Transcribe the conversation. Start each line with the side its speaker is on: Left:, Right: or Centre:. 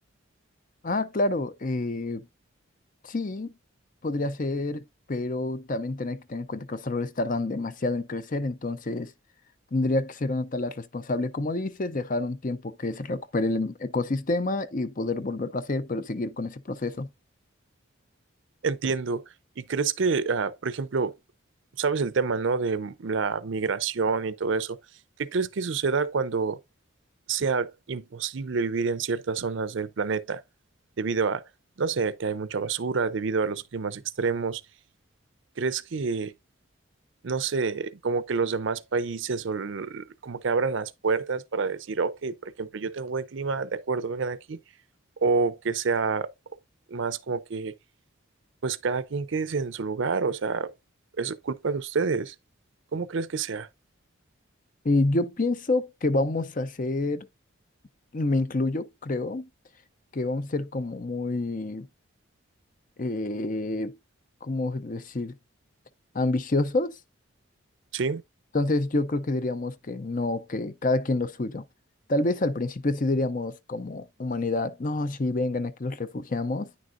Left: Ah, claro, eh, Sí, podría ser, pero también tener que tener en cuenta que los árboles tardan demasiado en crecer, entonces tendría que ser una tala responsable, como dices, dejar un tiempo que se recupere el em- ecosistema y poder volverlo a hacer, pero seguir con ese proceso.
Right: Entiendo. ¿Y crees que, ah, por ejemplo, sabes el tema, ¿no? De mm, la migración y todo eso. ¿Qué crees que suceda cuando sea imposible vivir en ciertas zonas del planeta debido a, no sé, que hay mucha basura, debido a los climas extremos. ¿Crees que, no sé, como que los demás países o l- como que abran las puertas para decir, ok, por ejemplo, yo tengo buen clima, de acuerdo, vengan aquí, o que sea más como que, pues cada quien quede en su lugar, o sea, es culpa de ustedes. ¿Cómo crees que sea?
Left: Y yo pienso que vamos a hacer, me incluyo, creo, que vamos a ser como muy, eh, ¿cómo decir?, ambiciosos
Right: ¿Sí?
Left: Entonces yo creo que diríamos que no, que cada quien lo suyo. Tal vez al principio sí diríamos como humanidad, no, sí, vengan, aquí los refugiamos,